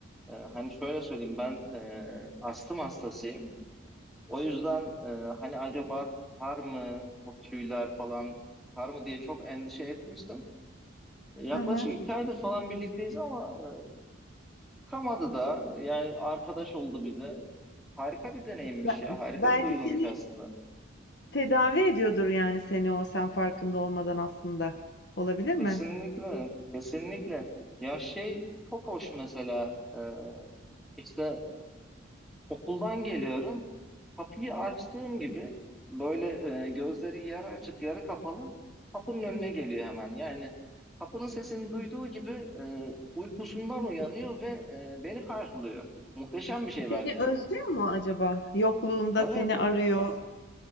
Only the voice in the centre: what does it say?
E, hani şöyle söyleyeyim, ben e, astım hastasıyım. O yüzden e, hani acaba tutar mı o tüyler falan tutar mı diye çok endişe etmiştim. Yaklaşık
iki aydır falan birlikteyiz ama e, kamadı da yani arkadaş oldu bize. Harika bir deneyimmiş
ya. Harika
bir duyguymuş
aslında.
Kesinlikle. Kesinlikle. Ya şey çok hoş mesela e, işte okuldan geliyorum. Kapıyı açtığım gibi böyle e, gözleri yarı açık yarı kapalı kapının önüne geliyor hemen. Yani kapının sesini duyduğu gibi e, uykusundan uyanıyor ve e, beni karşılıyor. Muhteşem bir şey
bence
bu.
Evet.